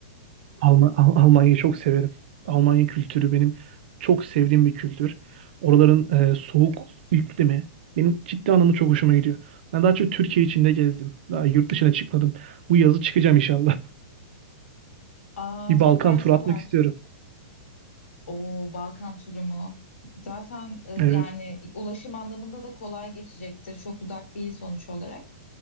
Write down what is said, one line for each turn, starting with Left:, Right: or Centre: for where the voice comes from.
Right: Alman Al- Almanya'yı çok severim. Almanya kültürü benim çok sevdiğim bir kültür. Oraların e, soğuk iklimi benim ciddi anlamda çok hoşuma gidiyor. Ben daha çok Türkiye içinde gezdim. Daha yurt dışına çıkmadım. Bu yazı çıkacağım inşallah.
Left: Aa
Right: <laughs> Bir
Left: süper
Right: Balkan turu
Left: süper.
Right: atmak istiyorum.
Left: O Balkan turumu. Zaten e,
Right: Evet.
Left: yani ulaşım anlamında da kolay geçecektir. Çok uzak değil sonuç olarak.